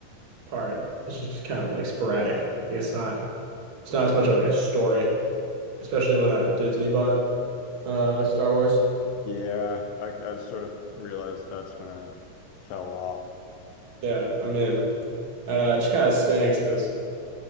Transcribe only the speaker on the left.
yeah. I, I sort of realized that's when it fell off.